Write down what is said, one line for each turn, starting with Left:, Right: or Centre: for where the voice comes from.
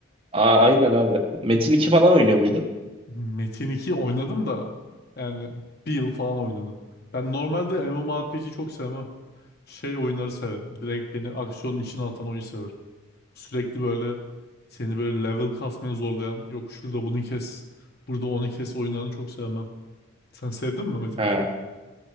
Right: A- aynen abi. Metin 2 falan oynuyor muydun?
Left: Metin 2 oynadım da yani bir yıl falan oynadım. Ben normalde MMORPG çok sevmem. Şey oyunları severim. Direkt beni aksiyonun içine atan oyun severim. Sürekli böyle seni böyle level kasmaya zorlayan yok şurada bunu kes burada onu kes oyunlarını çok sevmem. Sen sevdin mi Metin
Right: Ee,
Left: 2'yi?